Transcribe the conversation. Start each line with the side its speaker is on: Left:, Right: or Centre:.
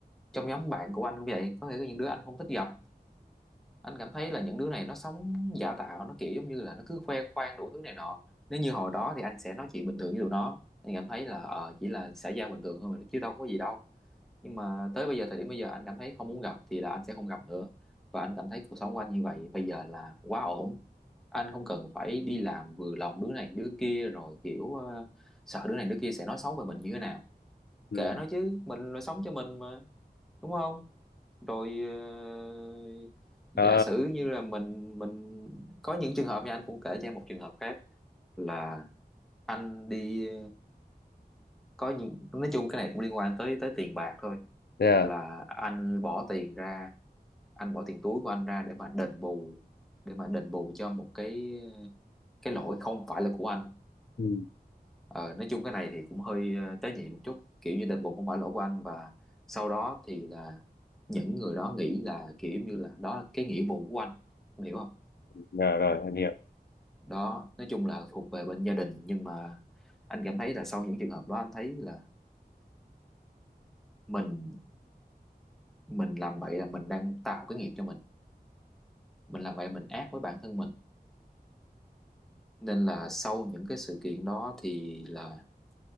Centre: trong nhóm bạn của anh cũng vậy có nghĩa là những đứa anh không thích gặp anh cảm thấy là những đứa này nó sống giả tạo nó kiểu giống như là nó cứ khoe khoang đủ thứ này nọ nếu như hồi đó thì anh sẽ nói chuyện bình thường với tụi nó anh cảm thấy là ờ, chỉ là xã giao bình thường thôi mà chứ đâu có gì đâu nhưng mà tới bây giờ thời điểm bây giờ anh cảm thấy không muốn gặp thì là anh sẽ không gặp nữa và anh cảm thấy cuộc sống của anh như vậy bây giờ là quá ổn anh không cần phải đi làm vừa lòng đứa này đứa kia rồi kiểu ờ, sợ đứa này đứa kia sẽ nói xấu về mình như thế nào
Left: Ừ.
Centre: kệ nó chứ mình là sống cho mình mà đúng không rồi ờ, giả
Left: Ờ,
Centre: sử như là mình mình có những trường hợp nha anh cũng kể cho em một trường hợp khác là anh đi có những nói chung cái này cũng liên quan tới tới tiền bạc thôi
Left: yeah.
Centre: là anh bỏ tiền ra anh bỏ tiền túi của anh ra để mà đền bù để mà đền bù cho một cái cái lỗi không phải là của anh
Left: Ừ.
Centre: Ờ, nói chung cái này thì cũng hơi ờ, tế nhị một chút kiểu như đền bù không phải lỗi của anh và sau đó thì là những người đó nghĩ là kiểu như là đó là cái nghĩa vụ của anh em hiểu không
Left: Dạ rồi em hiểu.
Centre: đó nói chung là thuộc về bên gia đình nhưng mà anh cảm thấy là sau những trường hợp đó anh thấy là mình mình làm vậy là mình đang tạo cái nghiệp cho mình mình làm vậy mình ác với bản thân mình nên là sau những cái sự kiện đó thì là